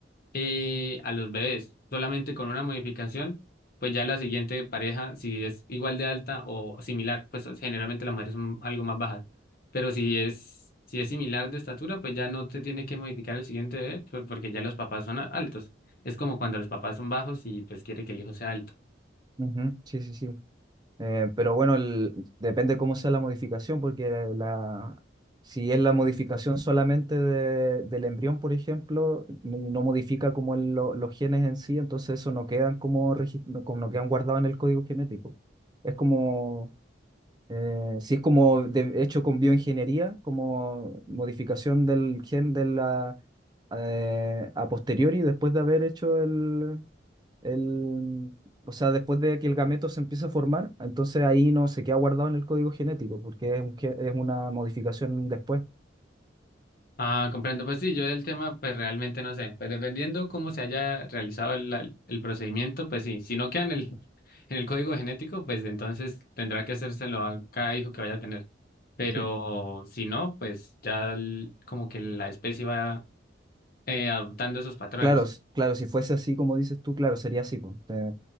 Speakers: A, on the left (about 50°); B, on the right (about 25°).
A: eh, a los bebés, solamente con una modificación pues ya la siguiente pareja, si es igual de alta o similar, pues generalmente las mujeres son algo más bajas, pero si es, si es similar de estatura, pues ya no se tiene que modificar el siguiente bebé, pues, porque ya los papás son a- altos. Es como cuando los papás son bajos y pues quiere que el hijo sea alto.
B: Ujú, sí, sí. sí. Eh, pero bueno, el- depende cómo sea la modificación, porque la, si es la modificación solamente de- del embrión, por ejemplo, y no modifica como el- lo- los genes en sí, entonces eso no quedan como, regis- no- como no quedan guardados en el código genético. Es como, eh, si es como de- hecho con bioingeniería, como modificación del gen de la, eh, a posteriori, después de haber hecho el el, o sea, después de que el gameto se empieza a formar, entonces ahí no se queda guardado en el código genético, porque es, un ge- es una modificación después.
A: Ah, comprendo. Pues sí, yo del tema, pues realmente no sé. Pero dependiendo cómo se haya realizado el, la- el procedimiento, pues sí. Si no queda en el, <laughs> en el código genético, pues entonces tendrá que hacérselo a cada hijo que vaya a tener. Pero
B: Sí.
A: si no, pues ya el- como que la especie va eh, adoptando esos patrones.
B: Claro, s- claro, si fuese así como dices tú, claro, sería así. po. Te-